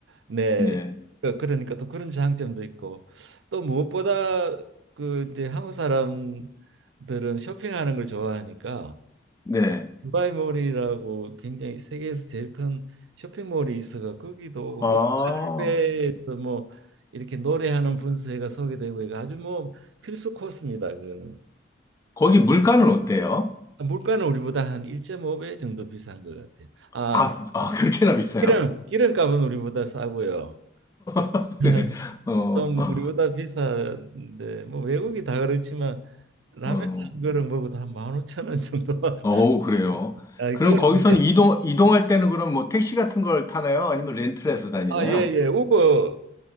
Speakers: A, on the right; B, on the left.
A: 네.
B: 네,
A: 그- 그러니까 또 그런 장점도 있고 또 무엇보다 그 이제 한국 사람들은 쇼핑하는 걸 좋아하니까
B: 네.
A: 두바이몰이라고 굉장히 세계에서 제일 큰 쇼핑몰이 있어가 거기도 오고
B: 아,
A: 꽃갈배에서 뭐 이렇게 노래하는 분수회가 소개되고 해가 아주 뭐 필수 코스입니다. 그거는
B: 거기 물가는 어때요?
A: 아, 물가는 우리보다 한 1.5배 정도 비싼 것 같아요. 아
B: 아, 아, 그렇게나 비싸요?
A: 기름 기름값은 우리보다 싸고요.
B: <laughs>
A: <laughs>
B: 네. 어,
A: 좀
B: 어,
A: 우리보다 비싼데 뭐 외국이 다 그렇지만 라면
B: 어,
A: 한 그릇 먹어도 한 15,000원 정도. <laughs>
B: 어우, 그래요.
A: 아,
B: 그럼
A: 그런
B: 거기서는
A: 이제
B: 이동, 이동할 때는 그럼 뭐 택시 같은 걸 타나요? 아니면 렌트를 해서 다니나요?
A: 아, 예, 예. 우버